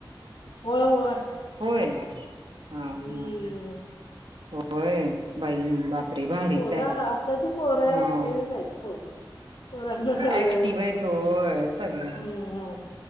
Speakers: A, on the left; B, on the right.
A: होय होय.
B: होय हा हा.
A: हम्म
B: होय बाई बाप. भारीच
A: पोरं
B: हाय
A: आताची पोरं
B: मग
A: ऍक्टिव्हच आहेत पोरं पोरांना होय
B: ऍक्टिव्ह हाय तो सगळ
A: हम्म